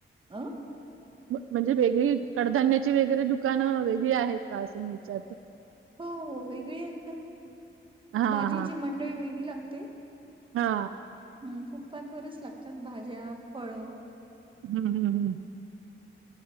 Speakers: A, on the right; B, on the right.
A: अं
B: म्हणजे वेगळी कडधान्याची वैगेरे दुकान वेगळी आहेत का अस मी विचारते.
A: हो हो वेगळी आहेत ना.
B: हां,
A: भाजीची मंडई वेगळी लागते.
B: हा
A: हम्म फुटपाथवरच लागतात. भाज्या, फळ
B: हम्म हम्म हम्म